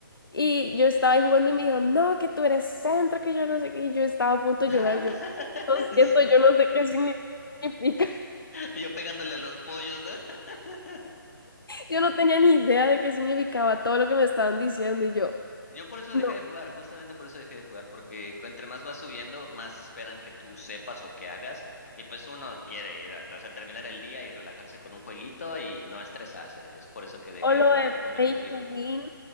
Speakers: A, on the left; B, on the left.
A: y yo estaba ahí jugando y me dijeron, no, que tú eres centro, que yo no sé qué, y yo estaba a punto
B: <laughs>
A: de llorar, yo, lo siento, yo no sé qué significa. <laughs>
B: Yo pegándole a los pollos, ¿no? <laughs>
A: Yo no tenía ni idea de qué significaba todo lo que me estaban diciendo y yo,
B: Yo por eso
A: no.
B: dejé de jugar, justamente por eso dejé de jugar, porque cu- entre más vas subiendo, más esperan que tú sepas o que hagas, y pues uno quiere ir a, o sea, terminar el día y relajarse con un jueguito y no estresarse, es por eso que dejé
A: O
B: de
A: lo
B: jugar
A: de
B: competitivo.
A: Pay to Win